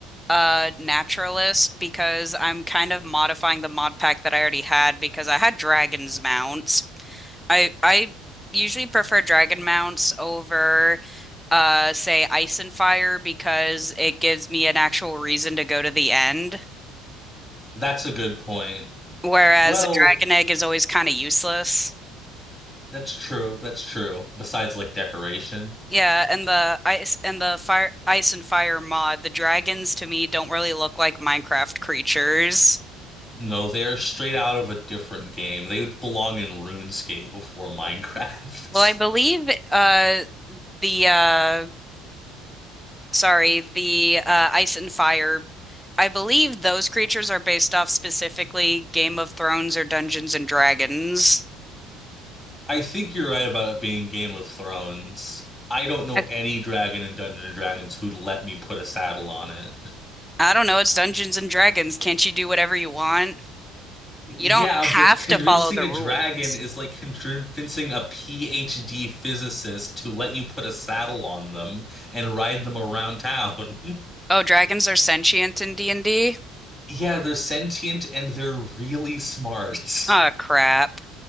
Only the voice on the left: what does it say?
That's a good point.
Well,
that's true. That's true. Besides, like, decoration.
No, they are straight out of a different game. They would belong in RuneScape before Minecraft.
<laughs>
I think you're right about it being Game of Thrones. I don't know
any dragon in Dungeons and Dragons who'd let me put a saddle on it.
Yeah,
but convincing
a
dragon is like convincing a PhD physicist to let you put a saddle on them and ride them around town. <laughs>
Yeah, they're sentient and they're really smart.
<laughs>